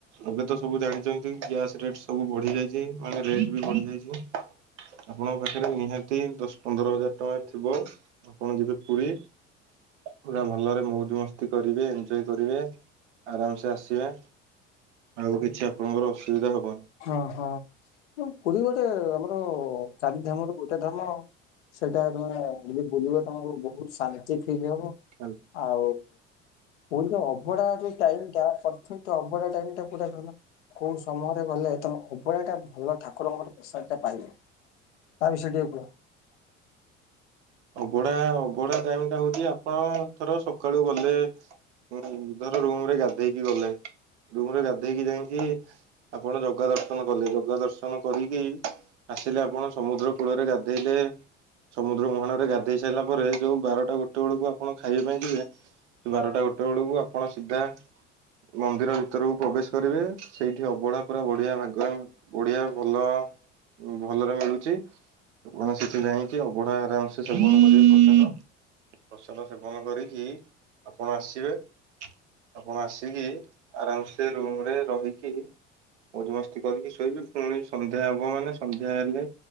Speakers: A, on the right; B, on the left.
A: ଏବେ ତ ସବୁ ଜାଣିଚନ୍ତି ଗ୍ୟାସ୍ ରେଟ୍ ସବୁ ବଢି ଯାଇଚି। ମାନେ ରେଟ୍ ବି ବଢି ଯାଇଥିବ। ଆପଣଙ୍କ ପାଖରେ ନିହାତି ଦଶ୍ ପନ୍ଦର ହଜାର୍ ଟଙ୍କା ଥିବ। ଆପଣ ଯିବେ ପୁରୀ। ପୁରା ଭଲରେ ମଉଜ୍ ମସ୍ତି କରିବେ, ଏଞ୍ଜୟ୍ କରିବେ। ଆରାମ୍ ସେ ଆସିବେ। ଆଉ କିଛି ଆପଣଙ୍କର ଅସୁବିଧା ହବନି।
B: ହଁ ହଁ। ପୁରୀ ଗୋଟେ ଆମର ଚାରି ଧାମରୁ ଗୋଟେ ଧାମ। ସେଟା ତମେ ଯଦି ବୁଲିବ ତମକୁ ବହୁତ୍ ଶାନ୍ତି ଫିଲ୍ ହବ।
A: ଆଉ।
B: ଆଉ ପୁରୀ ର ଅଭଡା ଯୋଉ ଟାଇମ୍ ଟା, ପରଫେକ୍ଟ ଅଭଡା ଟାଇମ୍ ଟା କୋଉଟା କହିଲ? ଗଲେ ତମ ଅଭଡାଟା ଭଲ ଠାକୁରଙ୍କ ପ୍ରୋସାଦଟା ପାଇବ, ତା ବିଷୟ ଟିକେ କୁହ?
A: ଅଭଢା ଅଭଢା ଟାଇମ୍ ଟା ହୋଉଛି ଆପଣ ଙ୍କର ସକାଳୁ ଗଲେ ଉଁ- ଧର ରୁମ୍ ରେ ଗାଧେଇକି ଗଲେ ରୁମ୍ ରେ ଗାଧେଇକି ଯାଇଁକି ଆପଣ ଜଗା ଦର୍ଶନ କଲେ ଜଗା ଦର୍ଶନ କରିକି ଆସିଲେ ଆପଣ ସମୁଦ୍ର କୂଳରେ ଗାଧେଇଲେ ସମୁଦ୍ର ମୁହାଣ ରେ ଗାଧ୍ ଦେଇ ସାଇଲା ପରେ ଯଉ ବାରଟା ଗୋଟେ ବେଳକୁ ଆପଣ ଖାଇବା ପାଇଁ ଯିବେ ସେ ବାରଟା ଗୋଟେ ବେଳକୁ ଆପଣ ସିଧା ମନ୍ଦିର ଭିତରକୁ ପ୍ରବେଶ୍ କରିବେ ସେଇଠି ଅବଢା ପୁରା ବଢିଆ ଭାଗ ବଢିଆ ଭଲ- ଭଲରେ ମିଳୁଚି। ଆପଣ ସେଠି ଯାଇଁକି ଅବଢା ଆରାମ୍ ସେ ସେବନ କରିବେ ପ୍ରସାଦ ସେବନ କରିକି ଆପଣ ଆସିବେ ଆପଣ ଆସିକି ଆରାମ୍ ସେ ରୁମ୍ ରେ ରହିକି ମଉଜ ମସ୍ତି କରିକି ଶୋଇବେ ପୁଣି ସନ୍ଧ୍ୟା ହବ ମାନେ ସନ୍ଧ୍ୟା ହେଲେ